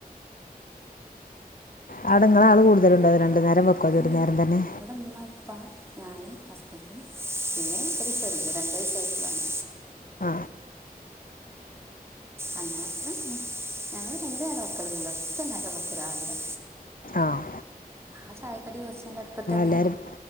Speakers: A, on the right; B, on the left.
A: പിന്നാ
B: അവിടെ നിങ്ങളെ ആൾ
A: <unintelligible>
B: കൂടുതലുണ്ടോ രണ്ട് നേരം വെക്കുമോ അത്
A: ഇല്ലേ
B: ഒരു നേരം തന്നെ
A: ഇവിടെ ഇമ്മ, ഇപ്പ, ഞാന് ഹസ്ബൻറും പിന്നെ ഒരു ചെറുത് രണ്ട് വയസായിട്ടുള്ളതാണ്.
B: ആ
A: അങ്ങനത്രം ഞങ്ങള് രണ്ട് നേരം വെക്കലൊന്നുല്ല, ഒറ്റ നേരം വെക്കും രാവിലെ.
B: ആഹ്
A: ആ ചായക്കടി വച്ചെന്റെ അടുപ്പത്തന്നെ
B: എല്ലാവരും